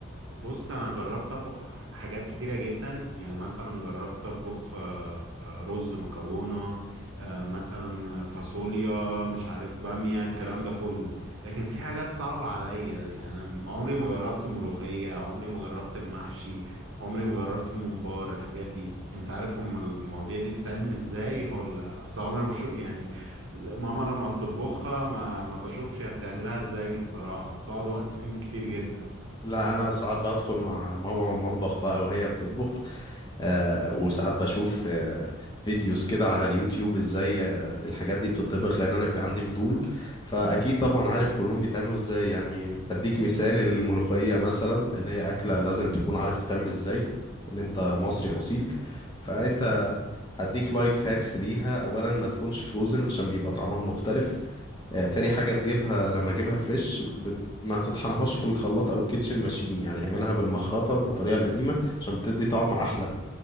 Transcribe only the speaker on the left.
لا انا ساعات بدخل مع ماما المطبخ بقى وهي بتطبخ آه، وساعات بشوف آه، فيديوز كده على اليوتيوب ازاي آه، الحاجات دي بتطبخ لان انا بيبقى عندي فضول فاكيد طبعا عارف كلهم بيتعملوا ازاي يعني اديك مثال الملوخية مثلا لان هي اكلة لازم تكون عارف تتعمل ازاي ان انت مصري اصيل فانت هديك لايف هاكس ليها اولا ما تكونش فروزن عشان بيبقى طعمها مختلف آه، تاني حاجة تجيبها لما تجيبها فريش بت... ما تطحنهاش في الخلاط او الكيتشن ماشين يعني اعملها بالمخرطة بالطريقة القديمة عشان بتدي طعم احلى